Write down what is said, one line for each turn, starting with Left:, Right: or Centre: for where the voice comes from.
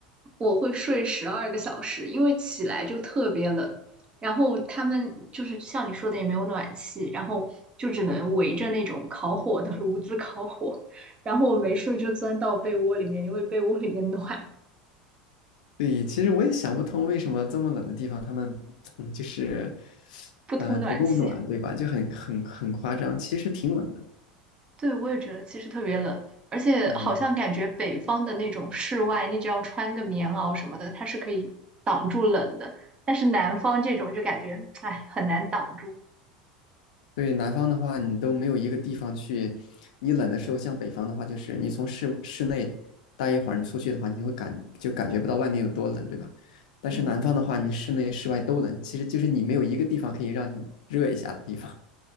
Right: 我会睡十二个小时，因为起来就特别冷。然后他们就是像你说的也没有暖气，然后就只能围着那种烤火的炉子烤火。然后我没事就钻到被窝里面，因为被窝里面暖，
Left: 对，其实我也想不通为什么这么冷的地方，他们嗯就是
Right: 不通暖气。
Left: 嗯、呃不够暖，对吧？就很很很夸张，其实挺冷的。
Right: 对，我也觉得其实特别冷，而且好像感觉北方的那种室外，
Left: 嗯。
Right: 你只要穿个棉袄什么的，它是可以挡住冷的。但是南方这种就感觉，哎，很难挡住，
Left: 对南方的话，你都没有一个地方去。你冷的时候，像北方的话，就是你从室室内待一会儿，你出去的话，你会感就感觉不到外面有多冷，对吧？但是南方的话，
Right: 嗯，
Left: 你室内室外都冷，其实就是你没有一个地方可以让你热一下的地方。